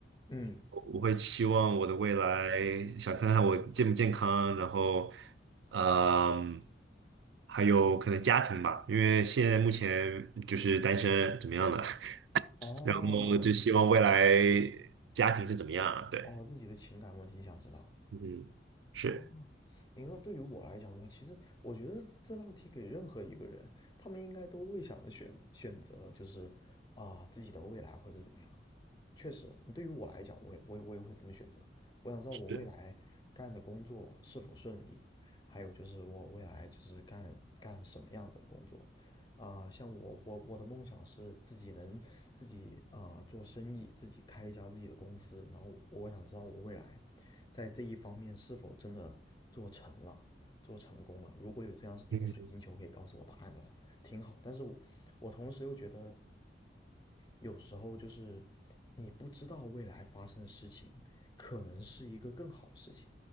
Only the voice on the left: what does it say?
嗯，
哦
哦，自己的情感问题你想知道？
哦。你说对于我来讲，我其实我觉得这道题给任何一个人，他们应该都会想着选选择，就是啊、呃自己的未来或者怎么样。确实，对于我来讲，我也我也我也会这么选择。我想知道我未来干的工作是否顺利，
还有就是我未来就是干干什么样子的工作。啊、像我我我的梦想是自己能自己啊、做生意，自己开一家自己的公司。然后我我想知道我未来在这一方面是否真的做成了，做成功了。如果有这样一个水晶球可以告诉我答案的话，
挺好。但是我我同时又觉得有时候就是你不知道未来发生的事情，可能是一个更好的事情，